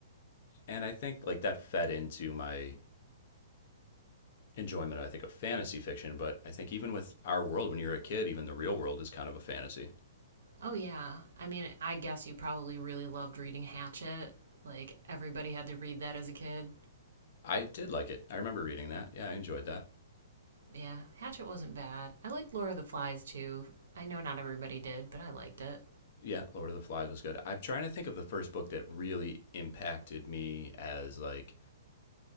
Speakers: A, on the left; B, on the right.
A: And I think like that fed into my enjoyment, I think, of fantasy fiction. But I think even with our world, when you're a kid, even the real world is kind of a fantasy.
B: Oh yeah. I mean, I guess you probably really loved reading Hatchet. Like everybody had to read that as a kid.
A: I did like it. I remember reading that. Yeah, I enjoyed that.
B: Yeah, Hatchet wasn't bad. I liked Laura the Flies too. I know not everybody did, but I liked it.
A: Yeah, Lord of the Flies was good. I'm trying to think of the first book that really impacted me as like